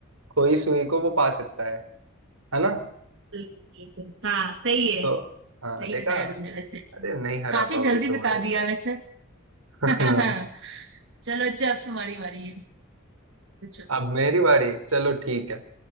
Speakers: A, on the right; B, on the right.
A: खोई सुई को वो पा सकता है है ना
B: बिल्कुल बिल्कुल हाँ सही है
A: तो हाँ
B: सही
A: देखा
B: बताया तुमने वैसे
A: अरे नहीं हरा
B: काफी
A: पाओगे
B: जल्दी
A: तुम्हारे
B: बता
A: को
B: दिया वैसे
A: <laughs>
B: <laughs> चलो अच्छा अब तुम्हारी बारी है पूछो
A: अब मेरी बारी चलो ठीक है